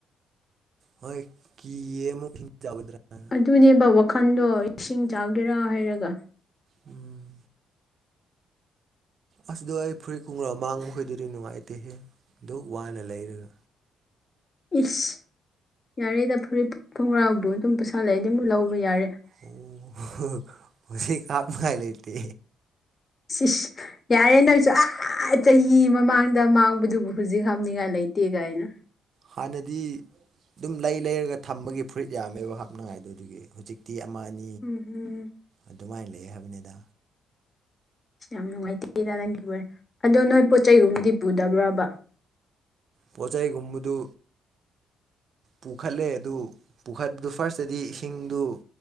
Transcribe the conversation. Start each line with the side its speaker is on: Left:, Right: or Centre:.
Right: ꯍꯣꯏ ꯀꯤꯌꯦ ꯑꯃꯨꯛ ꯏꯁꯤꯡ ꯆꯥꯎꯒꯗ꯭ꯔꯥꯅ꯫
Left: ꯑꯗꯨꯅꯦꯕ ꯋꯥꯈꯟꯗꯣ ꯏꯁꯤꯡ ꯆꯥꯎꯒꯦꯔꯥ ꯍꯥꯏꯔꯒ꯫
Right: ꯎꯝ꯫ ꯑꯁ ꯑꯗꯣ ꯑꯩ ꯐꯨꯔꯤꯠ ꯀꯨꯡꯒ꯭ꯔꯥꯎ ꯑꯃꯥꯡ ꯃꯈꯩꯗꯨꯗꯤ ꯅꯨꯡꯉꯥꯏꯇꯦꯍꯦ ꯑꯗꯨ ꯋꯥꯅ ꯂꯩꯔꯒ꯫
Left: ꯏꯁ ꯌꯥꯔꯦꯗ ꯐꯨꯔꯤꯠ ꯐꯣꯡꯒ꯭ꯔꯥꯎꯕꯨ ꯑꯗꯨꯝ ꯄꯁꯥꯂꯩꯔꯗꯤ ꯑꯃꯨꯛ ꯂꯧꯕ ꯌꯥꯔꯦ꯫
Right: ꯑꯣ ꯍꯧꯖꯤꯛ ꯀꯥꯞꯅ ꯉꯥꯏ ꯂꯩꯇꯦ꯫
Left: ꯁꯤꯁ꯫ ꯌꯥꯔꯦ ꯅꯪꯁꯨ ꯑꯍꯥ ꯆꯍꯤ ꯃꯃꯥꯡꯗ ꯃꯥꯡꯕꯗꯨꯕꯨ ꯍꯧꯖꯤꯛ ꯍꯅꯤꯡꯉꯥꯏ ꯂꯩꯇꯦ ꯀꯥꯏꯅ꯫
Right: ꯍꯥꯟꯅꯗꯤ꯫ ꯑꯗꯨꯝ ꯂꯩ ꯂꯩꯔꯒ ꯊꯝꯕꯒꯤ ꯐꯨꯔꯤꯠ ꯌꯥꯝꯃꯦꯕ ꯍꯥꯞꯅꯉꯥꯏꯗꯣ ꯑꯗꯨꯒꯤ ꯍꯧꯖꯤꯛꯇꯤ ꯑꯃ ꯑꯅꯤ꯫
Left: ꯎꯝ ꯍꯨꯝ꯫
Right: ꯑꯗꯨꯃꯥꯏꯅ ꯂꯩꯌꯦ ꯍꯥꯏꯕꯅꯤꯗ꯫
Left: ꯑꯁ ꯌꯥꯝ ꯅꯨꯡꯉꯥꯏꯇꯦꯗ ꯅꯪꯒꯤ ꯋꯥꯔꯤ ꯑꯗꯣ ꯅꯣꯏ ꯄꯣꯠ ꯆꯩꯒꯨꯝꯕꯗꯤ ꯄꯨꯗꯕ꯭ꯔꯕ꯫
Right: ꯄꯣꯠ ꯆꯩꯩꯒꯝꯗꯨ꯫ ꯄꯨꯈꯠꯂꯦ ꯑꯗꯨ ꯄꯨꯈꯠꯄꯗꯨ ꯐꯥꯔꯁꯇꯗꯤ ꯏꯁꯤꯡꯗꯨ